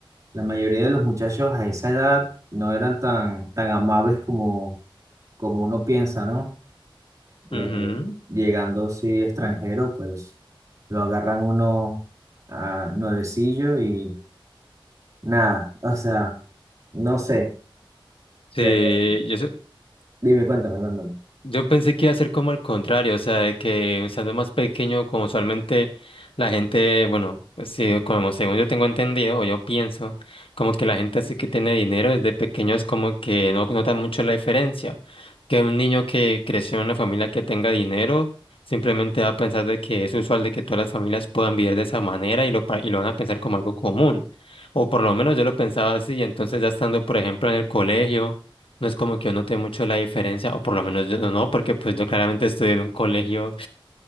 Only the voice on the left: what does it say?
Ujú.
Sí,
yo,
Yo pensé que iba a ser como al contrario, o sea, de que siendo más pequeño, como usualmente la gente, bueno, pues sí, como según yo tengo entendido, o yo pienso, como que la gente así que tiene dinero desde pequeños como que no nota mucho la diferencia. Que un niño que creció en una familia que tenga dinero, simplemente va a pensar de que es usual de que todas las familias puedan vivir de esa manera y lo, pa- y lo van a pensar como algo común. O por lo menos yo lo pensaba así, entonces ya estando, por ejemplo, en el colegio. No es como que yo noté mucho la diferencia, o por lo menos yo no, porque pues yo claramente estudié en un colegio,